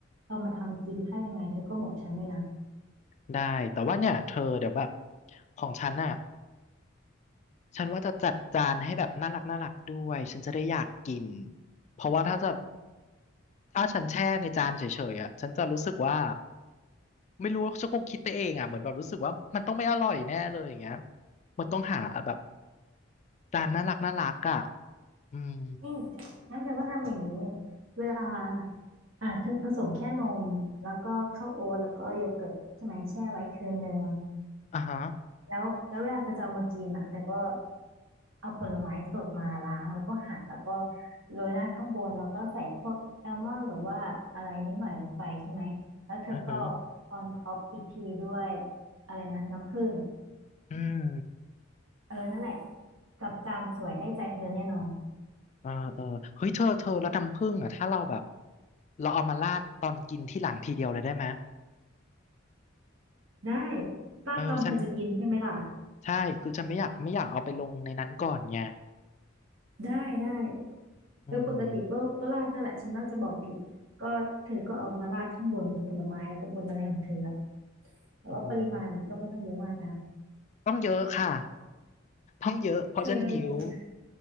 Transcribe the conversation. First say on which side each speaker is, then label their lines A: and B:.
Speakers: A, on the right; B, on the left.
A: เอามาทำกินถ้ายังไงเธอก็บอกฉันด้วยนะ
B: ได้แต่ว่าเนี่ยเธอเดี๋ยวแบบของฉันน่ะฉันว่าจะจัดจานให้แบบน่ารักน่ารักด้วยฉันจะได้อยากกินเพราะว่าถ้าจะถ้าฉันแช่ในจานเฉยๆอ่ะฉันจะรู้สึกว่าไม่รู้ฉันคงคิดไปเองอ่ะเหมือนแบบรู้สึกว่ามันต้องไม่อร่อยแน่เลยอย่างเงี้ยมันต้องหาแบบจานน่ารักน่ารักอ่ะอืม
A: นี่งั้นเธอก็ทำอย่างนี้เวลาอ่าเธอผสมแค่นมแล้วก็ข้าวโอ๊ตแล้วก็โยเกิร์ตใช่ไหมแช่ไว้คืนนึง
B: อ่ะฮะ
A: แล้วแล้วเวลาเธอจะเอามากินอ่ะเธอก็เอาผลไม้สดมาล้างแล้วก็หั่นแล้วก็โรยหน้าข้างบนแล้วก็ใส่พวกแอลมอนด์หรือว่าอะไรนิดหน่อยลงไปใช่ไหมแล้วเธอก็
B: อ่ะฮะ
A: ออนท็อปอีกทีด้วยอะไรนะน้ำผึ้ง
B: อืม
A: เออนั่นแหละกับจามสวยได้ใจเธอแน่นอน
B: เออเออเฮ้ยเธอเธอแล้วน้ำผึ้งอ่ะถ้าเราแบบเราเอามาราดตอนกินที่หลังทีเดียวเลยได้ไหม
A: ได้ป้าดตอนเธอจะกินใช่ไหมล่ะ
B: เออฉันใช่คือฉันไม่อยากไม่อยากเอาไปลงในนั้นก่อนไง
A: ได้ได้เออปกติก็ก็ราดนั่นแหละฉันน่าจะบอกผิดก็เธอก็เอามาราดข้างบนผลไม้แล้วก็บนอะไรของเธออะ
B: อืม
A: แต่ว่าปริมาณก็ไม่ต้องเยอะมากนะ
B: เออต้องเยอะค่ะต้องเยอะเพราะฉันหิว
A: เธอ